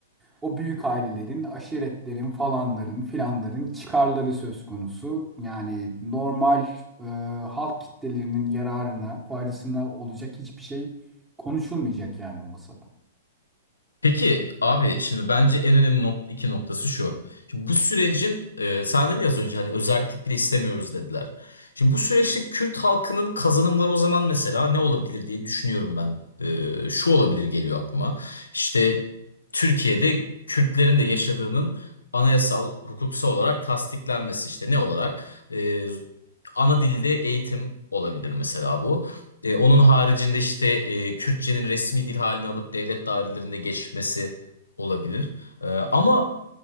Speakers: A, on the right; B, on the left.
A: o büyük ailelerin, aşiretlerin falanların filanların çıkarları söz konusu. Yani normal e, halk kitlelerinin yararına, faydasına olacak hiçbir şey konuşulmayacak yani o masada.
B: Peki abi şimdi bence en önemli nok iki noktası şu. Şimdi bu sürecin e, sen dedin ya az önce hani özerklik bile istemiyoruz dediler. Şimdi bu süreçte Kürt halkının kazanımları o zaman mesela ne olabilir diye düşünüyorum ben. E, şu olabilir geliyor aklıma. İşte Türkiye'de Kürtlerin de yaşadığının anayasal hukuksal olarak tasdiklenmesi işte ne olarak? E, ana dilde eğitim olabilir mesela bu. E, onun haricinde işte e, Kürtçenin resmi dil halini alıp devlet dairelerinde geçmesi olabilir. E, ama